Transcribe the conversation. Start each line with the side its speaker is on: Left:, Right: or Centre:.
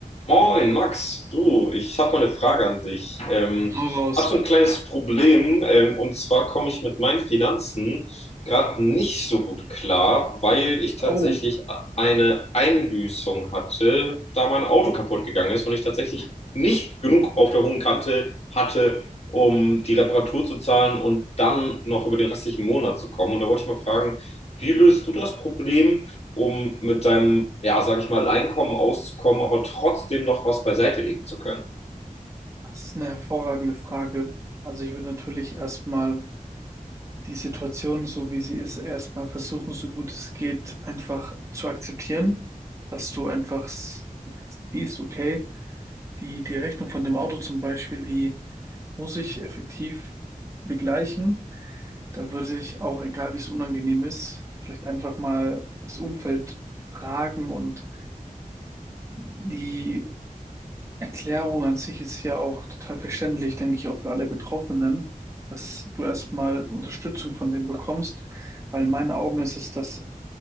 Left: Moin, Max, du, ich habe mal eine Frage an dich. Ähm,
Right: Hau raus.
Left: hab so ein kleines Problem, ähm, und zwar komme ich mit meinen Finanzen gerade nicht so gut klar, weil ich tatsächlich
Right: Oh,
Left: a- eine Einbüßung hatte, da mein Auto kaputt gegangen ist und ich tatsächlich nicht genug auf der hohen Kante hatte, um die Reparatur zu zahlen und dann noch über den restlichen Monat zu kommen. Und da wollte ich mal fragen, wie löst du das Problem? um mit deinem, ja, sag ich mal, Einkommen auszukommen, aber trotzdem noch was beiseite legen zu können.
Right: das ist eine hervorragende Frage. Also ich würde natürlich erstmal die Situation, so wie sie ist, erstmal versuchen, so gut es geht, einfach zu akzeptieren, dass du einfach s- siehst, okay, die, die Rechnung von dem Auto zum Beispiel, die muss ich effektiv begleichen. Da würde ich auch, egal wie es unangenehm ist, vielleicht einfach mal das Umfeld fragen und die Erklärung an sich ist ja auch total verständlich, denke ich, auch für alle Betroffenen, dass du erstmal Unterstützung von denen bekommst, weil in meinen Augen ist es das